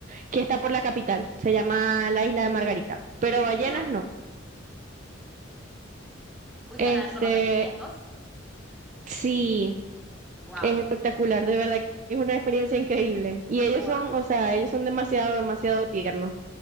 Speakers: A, on the right; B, in the centre.
A: que está por la capital, se llama la isla de Margarita, pero
B: ¿Y lo hiciste?
A: ballenas no.
B: ¿Fuiste
A: Este,
B: a nadar con los delfines vos?
A: sí.
B: Wow,
A: Es espectacular, de verdad que es una experiencia increíble. Y ellos
B: wow.
A: son, o sea, ellos son demasiado, demasiado tiernos.